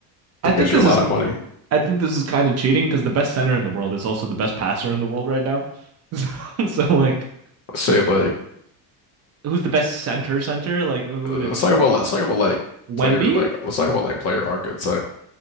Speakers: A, on the left; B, on the right.
A: They
B: I
A: get
B: think this
A: you a lot
B: is
A: of money.
B: I think this is kind of cheating because the best center in the world is also the best passer in the world right now. <laughs> So, so like,
A: Say like,
B: who's the best center center? Like, who
A: uh,
B: would it
A: let's
B: be?
A: talk about
B: Uh,
A: let's talk about like
B: Wemby?
A: player like let's talk about like player archetype.